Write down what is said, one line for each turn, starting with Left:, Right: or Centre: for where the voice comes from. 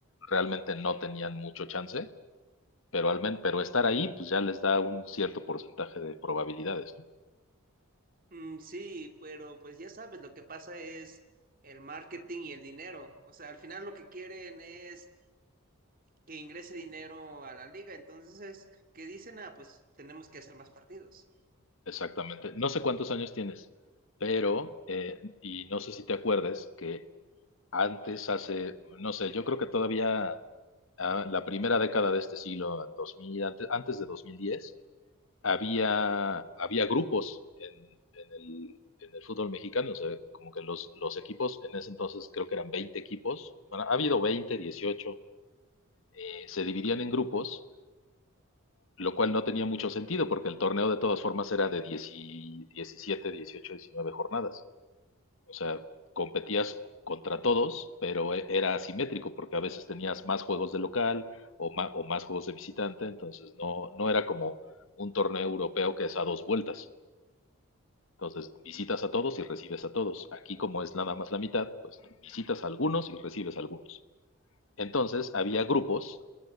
Left: realmente no tenían mucho chance, pero, al men- pero estar ahí, pues ya les da un cierto porcentaje de probabilidades, ¿no?
Right: Mm, sí, pero pues ya sabes, lo que pasa es el marketing y el dinero. O sea, al final lo que quieren es que ingrese dinero a la liga. Entonces, ¿qué dicen? Ah, pues tenemos que hacer más partidos.
Left: Exactamente. No sé cuántos años tienes, pero, eh, y no sé si te acuerdas, que antes, hace, no sé, yo creo que todavía ah, la primera década de este siglo, 2000, antes, antes de 2010, había, había grupos en, en el, en el fútbol mexicano, o sea, como que los, los equipos, en ese entonces creo que eran 20 equipos, bueno, ha habido 20, 18, eh, se dividían en grupos, lo cual no tenía mucho sentido porque el torneo de todas formas era de 10 y 17, 18, jornadas, o sea, competías contra todos, pero e- era asimétrico porque a veces tenías más juegos de local o, ma- o más juegos de visitante, entonces no, no era como un torneo europeo que es a dos vueltas. Entonces, visitas a todos y recibes a todos. Aquí, como es nada más la mitad, pues visitas a algunos y recibes a algunos. Entonces, había grupos